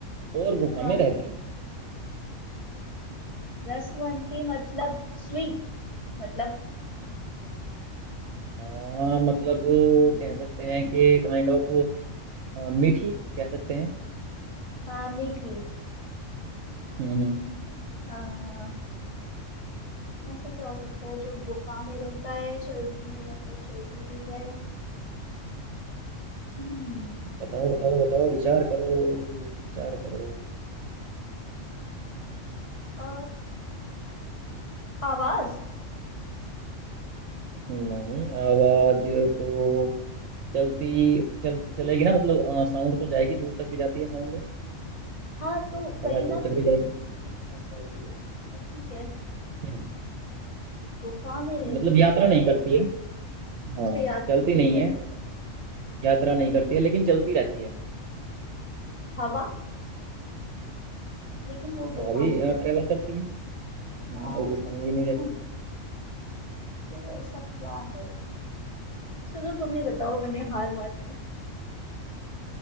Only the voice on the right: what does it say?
और गुफा
में रहती है
हाँ मतलब
कह सकते हैं कि काइंड ऑफ मीठी कह सकते हैं
हम्म हम्म।
बताओ बताओ बताओ विचार करो विचार करो
नहीं आवाज तो चलती चल चलेगी ना मतलब साउंड तो जाएगी दूर तक भी जाती है साउंड तो
आवाज
दूर तक
भी जाएगी
हम्म
मतलब यात्रा
नहीं
करती
है
हाँ
चलती
नहीं
है
यात्रा नहीं करती है लेकिन चलती रहती है
हवा
भी
ट्रेवल करती
है हम्म,
और गुफा
में भी नहीं रहती
है
हम्म,